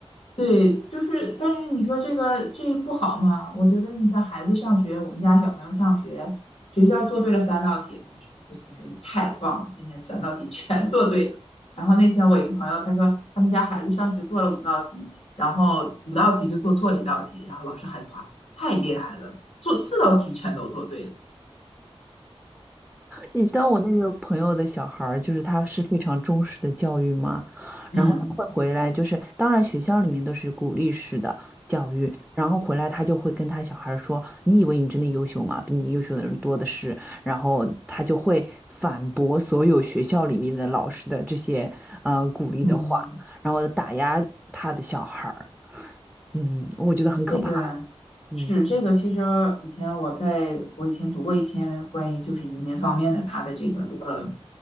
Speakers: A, on the left; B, in the centre.
A: 对，就是，但是你说这个这不好嘛？我觉得你像孩子上学，我们家小朋友上学，学校做对了三道题，老师说这同学你太棒了，今天三道题 <laughs> 全做对了。然后那天我一个朋友他说他们家孩子上学做了五道题，然后五道题就做错一道题，然后老师还夸太厉害了，做四道题全都做对了。
B: 你知道我那个朋友的小孩儿，就是他是非常忠实的教育吗？
A: 嗯
B: 然后他会回来，就是当然学校里面都是鼓励式的教育，然后回来他就会跟他小孩儿说：“你以为你真的优秀吗？比你优秀的人多的是。”然后他就会反驳所有学校里面的老师的这些呃鼓励的话，
A: 嗯，
B: 然后打压他的小孩儿。嗯，我觉得很可怕。
A: 这个
B: 嗯，
A: 是这个，其实以前我在我以前读过一篇关于就是移民方面的他的这个呃